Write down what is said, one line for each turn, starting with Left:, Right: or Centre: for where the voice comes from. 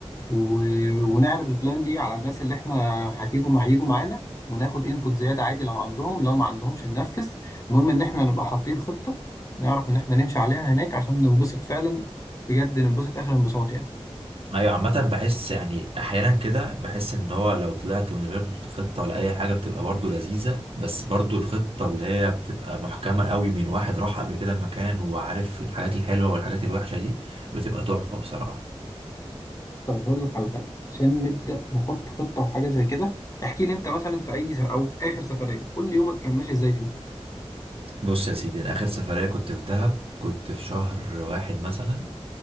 Left: و... ونعرض البلان دي على الناس اللي احنا هتيجوا مع هيجوا معانا وناخد انبوت زياده عادي لو عندهم لو ما عندهمش ننفذ المهم ان احنا نبقى حاطين خطه نعرف ان احنا نمشي عليها هناك عشان ننبسط فعلا بجد ننبسط اخر انبساط يعني
Right: ايوه عامه بحس يعني احيانا كده بحس ان هو لو طلعت من غير خطه ولا اي حاجه بتبقى برضو لذيذه بس برضو الخطه اللي هي بتبقى محكمه قوي من واحد راح قبل كده مكان وعارف الحاجات الحلوه والحاجات الوحشه دي بتبقى تحفه بصراحه
Left: طيب هقول لك على حاجه عشان نبدا نحط خطه وحاجه زي كده احكي لي انت مثلا في اي س- او في اخر سفريه قول لي يومك كان ماشي ازاي فيه
Right: بص يا سيدي انا اخر سفريه كنت في دهب كنت في شهر واحد مثلا